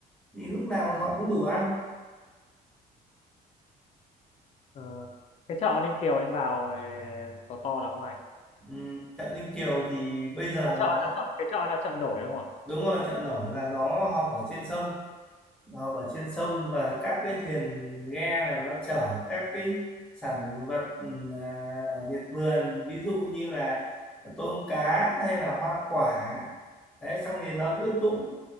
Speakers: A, in the centre; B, on the left (about 40°).
A: vì lúc nào họ cũng đủ ăn
B: Ờ, cái chợ Ninh Kiều anh vào ờ, có to lắm không anh
A: Ừm, chợ Ninh Kiều thì bây giờ
B: cái chợ
A: nó
B: là chợ cái chợ là chợ nổi đúng không ạ
A: đúng rồi chợ nổi là nó họp ở trên sông Nó họp ở trên sông và các cái thuyền ghe là nó chở các cái sản vật ừm, à, ở miệt vườn ví dụ như là tôm cá hay là hoa quả đấy xong thì nó cứ tụ